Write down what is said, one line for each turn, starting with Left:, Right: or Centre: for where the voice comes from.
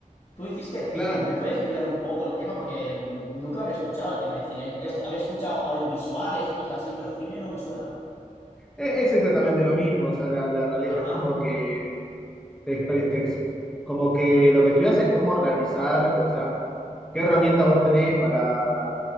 Left: tú hiciste cine.
Centre: la-
Left: ¿Me puedes explicar un poco el tema? Porque mm, nunca lo había escuchado, el tema de cine. Est- Había escuchado audiovisuales o cosas así, pero cine no me suena.
Centre: e- es exactamente lo mismo, o sea, la, la realidad
Left: Ajá,
Centre: es como que te, exper- te ex- como que lo que estudias es cómo realizar, o sea, qué herramientas vos tenés para